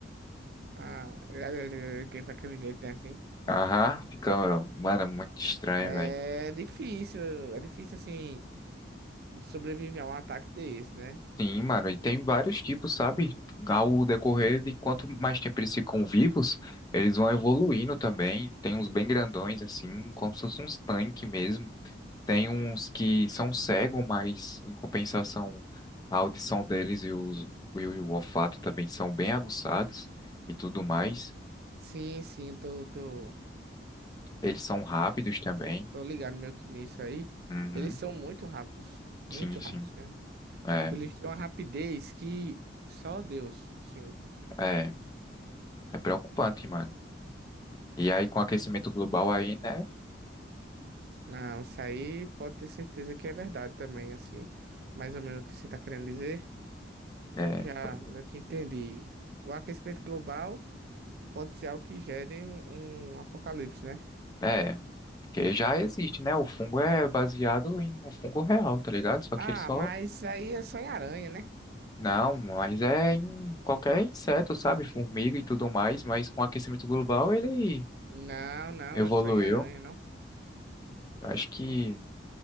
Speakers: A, on the right (about 55°); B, on the left (about 20°).
A: Ah, é, é, é, quem faz aquele jeito né, assim?
B: Aham, fica, mano, é muito estranho,
A: É
B: velho.
A: difícil, é difícil assim sobreviver a um ataque desse, né?
B: Sim, mano, e tem vários tipos, sabe? Ao decorrer de quanto mais tempo eles ficam vivos, eles vão evoluindo também. Tem uns bem grandões, assim, como se fosse uns tanques mesmo. Tem uns que são cegos, mas em compensação, a audição deles e, os, e o olfato também são bem aguçados e tudo mais.
A: Sim, sim, tô, tô,
B: Eles são rápidos também.
A: tô ligado meio que nisso aí.
B: Uhum.
A: Eles são muito rápidos, muito
B: Sim,
A: rápidos.
B: sim.
A: né?
B: É,
A: Tipo, eles têm uma rapidez que só Deus, sim.
B: é, é preocupante, mano. E aí, com o aquecimento global aí, né?
A: Não, isso aí pode ter certeza que é verdade também, assim. Mais ou menos o que você está querendo dizer.
B: É,
A: Já
B: pois
A: meio que entendi. O aquecimento global pode ser algo que gere um, um apocalipse, né?
B: é, É, porque já existe, né? O fungo é baseado em um fungo real, tá ligado? Só
A: Ah,
B: que ele só.
A: mas isso aí é só em aranha, né?
B: Não, mas é em qualquer inseto, sabe? Formiga e tudo mais, mas com o aquecimento global ele
A: Não, não,
B: Evoluiu.
A: é só em aranha, não.
B: Acho que